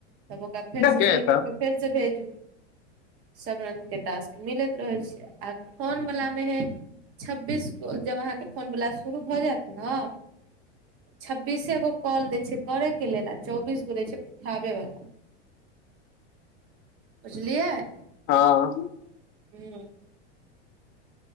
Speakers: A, on the right (about 40°); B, on the left (about 35°).
A: तब ओक फेर
B: ठीके
A: से सही
B: है तब
A: क क फेर से भेजू सब रंग के टास्क। मिलैत रहैत छैय आ फोन वला मे हय छब्बीस गो जब अहाँके फोन वला शुरू भ जेत ने छब्बीसेगो काॅल दै छैय करे के लेल आ चौबीस गो छैय उठाबे बला बुझलियै?
B: हँ
A: हूँ